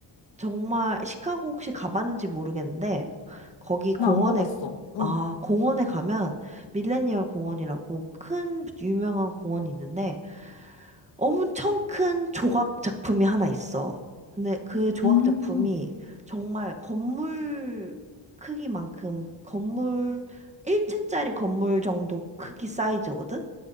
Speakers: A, on the right; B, on the left.
A: 정말 시카고 혹시 가봤는지 모르겠는데 거기 공원에
B: 나 안 가봤어. 응,
A: 아, 공원에 가면 밀레니얼 공원이라고 큰 유명한 공원이 있는데 엄청 큰 조각 작품이 하나 있어. 근데 그 조각
B: 음,
A: 작품이 정말 건물 크기만큼 건물 1층짜리 건물 정도 크기 사이즈거든?